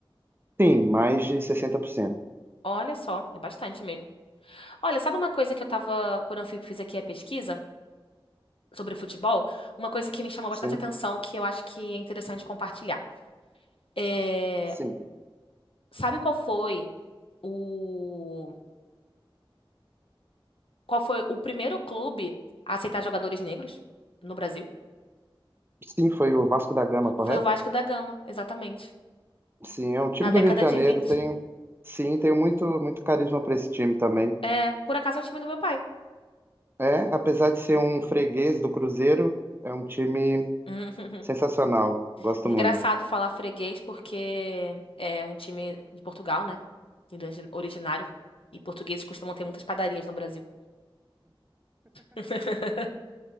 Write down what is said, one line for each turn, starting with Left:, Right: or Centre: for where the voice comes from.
Right: sim, mais de sessenta por cento
Left: Olha só, é bastante mesmo. Olha, sabe uma coisa que eu tava, quando eu fui- fiz aqui a pesquisa sobre futebol, uma coisa que me chamou
Right: Sim,
Left: bastante atenção que eu acho que é interessante compartilhar. É,
Right: sim.
Left: sabe qual foi o qual foi o primeiro clube a aceitar jogadores negros no Brasil?
Right: Sim, foi o Vasco da Gama, correto?
Left: Foi o Vasco da Gama, exatamente.
Right: Sim, é um time
Left: Na
Right: do
Left: década
Right: Rio de Janeiro,
Left: de 20,
Right: tenho, sim, tenho muito, muito carisma para esse time também.
Left: É, por acaso é o time do meu pai.
Right: É, apesar de ser um freguês do Cruzeiro, é um time
Left: <laughs>
Right: sensacional. Gosto
Left: Engraçado
Right: muito.
Left: falar freguês, porque é um time de Portugal, né? Origi- Originário. E portugueses costumam ter muitas padarias no Brasil. <laughs>